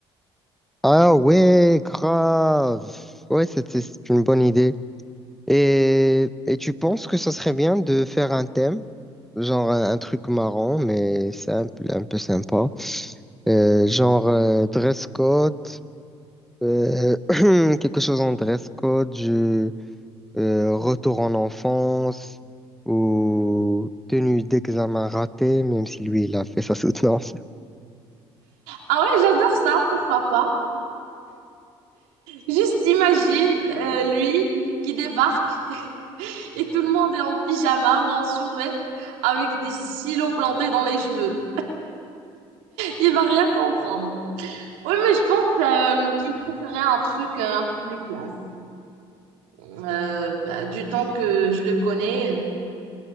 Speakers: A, in the centre; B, on the right.
A: Ah ouais, grave. Ouais, c'est c'est c'est une bonne idée. Et, et tu penses que ça serait bien de faire un thème, genre un, un truc marrant, mais simple, un peu sympa. Euh, genre euh, dress code, euh, <clears throat> quelque chose en dress code, du euh, retour en enfance ou tenue d'examen ratée, même si lui, il a fait sa soutenance.
B: Ah ouais, j'adore ça, pourquoi pas. Juste imagine euh, lui qui débarque <laughs> et tout le monde est en pyjama ou en survêt avec des silos plantés dans les cheveux. Il va rien comprendre. Oui, mais je pense euh, qu'il préférait un truc euh, un peu plus classe. Euh, bah, du temps que je le connais.